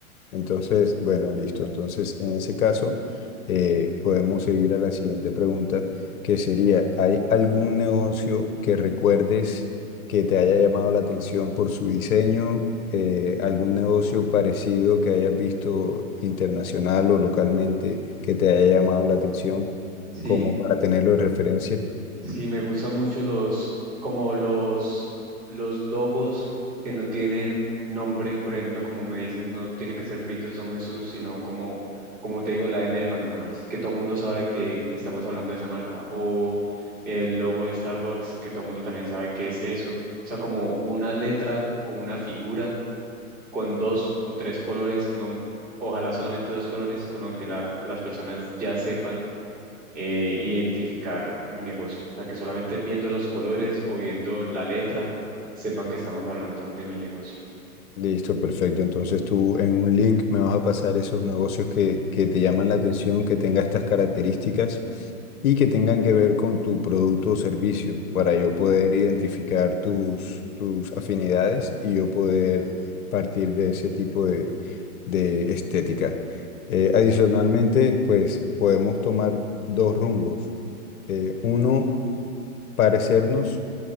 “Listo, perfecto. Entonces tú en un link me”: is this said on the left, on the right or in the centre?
Left